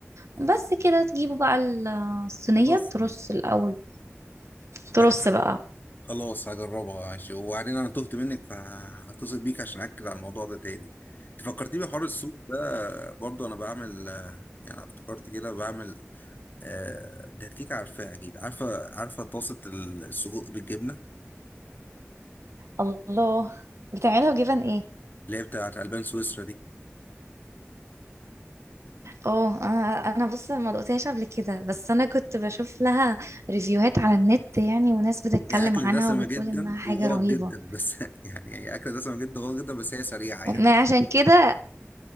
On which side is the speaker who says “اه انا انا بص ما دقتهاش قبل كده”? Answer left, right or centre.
Right